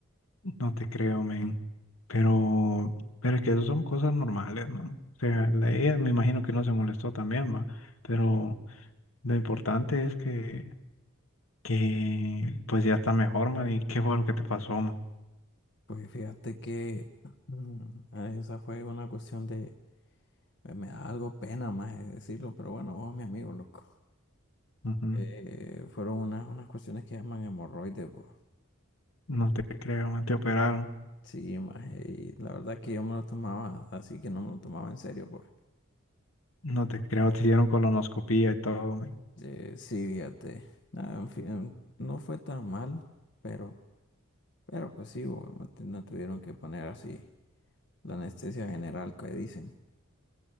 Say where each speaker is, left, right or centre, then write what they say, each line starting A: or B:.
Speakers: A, on the left; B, on the left.
A: No te creo, men. Pero, pero es que eso son cosas normales, ¿no? O sea, la- ella me imagino que no se molestó también, va. Pero lo importante es que, que pues ya está mejor, man. ¿Y qué fue lo que te pasó, man?
B: Pues fíjate que <clears throat> mm, ah, esa fue una cuestión de, me, me da algo pena más de decirlo, pero bueno, vos, mi amigo, loco.
A: Ujú.
B: Eh, fueron unas, unas cuestiones que llaman hemorroides, pues.
A: No te creo, man. Te operaron.
B: Sí, más, y la verdad que yo me lo tomaba, así que no me lo tomaba en serio, pues.
A: No te creo. Te hicieron colonoscopía y todo, men.
B: Eh, sí, fíjate. Nada, en fin, no fue tan mal, pero, pero pues sí, bo, no, tu- no tuvieron que poner así la anestesia general que dicen.